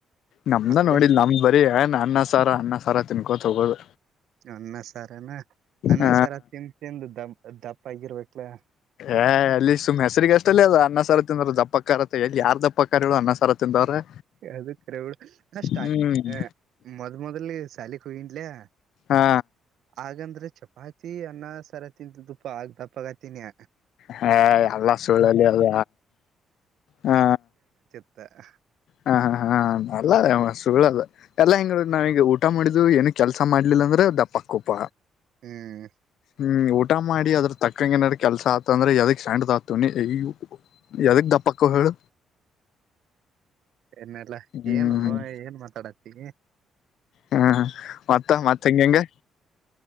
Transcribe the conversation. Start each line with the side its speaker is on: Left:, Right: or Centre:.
Left: ನಮ್ದ
Right: ಮತ್ತೆ
Left: ನೋಡಿಲ್ ನಮ ಬರಿ ಅನ್ನ ಸಾರ ಅನ್ನ ಸಾರ ತಿನ್ಕೊತ ಹೋಗೋದು.
Right: ಅನ್ನ ಸಾರನಾ ಅನ್ನ
Left: ಹ
Right: ಸಾರ ತಿ ತಿಂದು ದ ದ. ಟೈಗಿರ್ಬೇಕಲೇ.
Left: ಏ್ ಅಲ್ಲಿ ಸುಮನ ಹೆಸರಿಗೆ ಅಷ್ಟಲ್ಲೇ ಅನ್ನಸಾರ ತಿ ಅಂದರು ದಪ್ಪಕ್ಕ ಕರತ್ತೆ ಎಲ್ಲಿ ಯಾರ್ ದಪ್ಪಕ್ಕಾರಿಗಳು ಅನ್ನ. ಸಾರ ತಿಂದವ್ರೆ
Right: ಅದ ಕರೆ ನ ಸ್ಟಾರ್ಟ
Left: ಹ್ಮ್
Right: ಮೊದ್ ಮೊದ್ಲಿ ಸಾಲ. <unintelligible>
Left: ಹಾ
Right: ಹಾಗಂದ್ರೆ ಚಪ್ಪ. ಆಯ್ತಿ ಅನ್ನ ಸರ ತಿಂದ ತುಪ್ಪ ಆಗ ದಪ್ಪಗತಿನಿಯ
Left: ಹಾ ಎಲ್ಲ ಸುಳ್ಳಲಿ ಅಲ್ಲ ಹಾ.
Right: ಹ. <inaudible>
Left: ಹಾ ಹಾ ಹಾ ಅಲ್ಲದ ಮಸುಗಳ ಅಲ್ಲ ಎಲ್ಲಾ ಹಿಂಗಗಳ ನಾವೀಗ. ಊಟ ಮಾಡಿದು ಏನ ಕೆಲಸ ಮಾಡ್ಲಿಲ್ಲ ಅಂದ್ರೆ ದಪ್ಪಕ್ಕೂಪ.
Right: ಹ್ಮ್.
Left: ಹ್ಮ್ ಊಟ ಮಾಡಿ ಅದ್ರ ತಕ್ಕಂಗಗೆನಡ ಕೆಲ್ಸ ಆತಂದ್ರೆ ಎದಕ್ ಸ್ಯಾಂಡದ <inaudible> ಯದಕ್ ದಪ್ಪಕ್ಕ ಹೇಳು.
Right: ನ್ನಲ್ಲಾ
Left: ಹ್ಮ್
Right: ಏನು ಏನ್ ಮಾತಾಡತಿ.
Left: ಹಾ ಹಾ. ಮತ್ತ ಮತ್ತ ಹೆಂಗ ಹೆಂ.